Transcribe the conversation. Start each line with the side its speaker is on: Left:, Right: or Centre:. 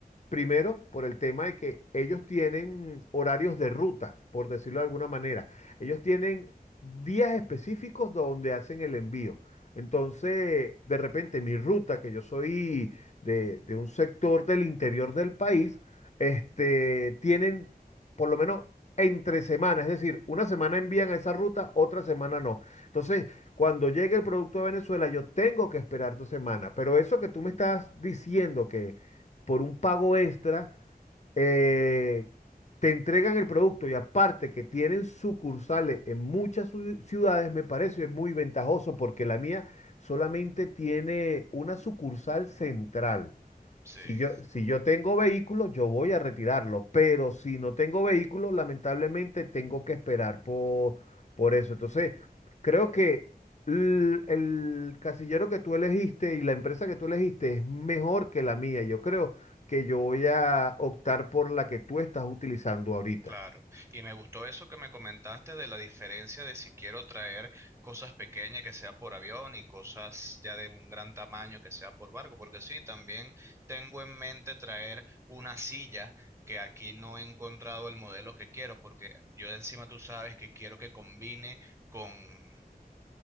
Left: Primero, por el tema de que ellos tienen horarios de ruta, por decirlo de alguna manera. Ellos tienen días específicos donde hacen el envío. Entonces, de repente, mi ruta, que yo soy de, de un sector del interior del país, este, tienen por lo menos entre semanas, es decir, una semana envían a esa ruta, otra semana no. Entonces, cuando llegue el producto a Venezuela, yo tengo que esperar dos semanas Pero eso que tú me estás diciendo que por un pago extra, eh, te entregan el producto y aparte que tienen sucursales en muchas ciu- ciudades, me parece muy ventajoso porque la mía solamente tiene una sucursal central.
Right: Sí.
Left: Si yo, si yo tengo vehículo, yo voy a retirarlo, pero si no tengo vehículo, lamentablemente tengo que esperar por, por eso. Entonces, creo que l- el, casillero que tú elegiste y la empresa que tú elegiste es mejor que la mía. Yo creo que yo voy a optar por la que tú estás utilizando ahorita.
Right: Claro, y me gustó eso que me comentaste de la diferencia de si quiero traer cosas pequeñas que sea por avión y cosas ya de un gran tamaño que sea por barco, porque sí, también tengo en mente traer una silla que aquí no he encontrado el modelo que quiero, porque yo de encima tú sabes que quiero que combine con,